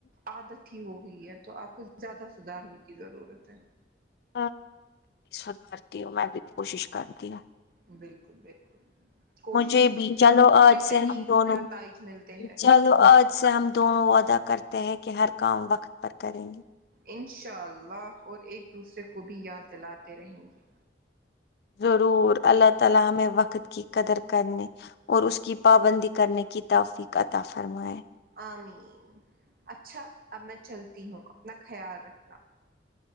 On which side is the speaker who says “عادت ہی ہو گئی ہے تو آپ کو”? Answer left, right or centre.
Right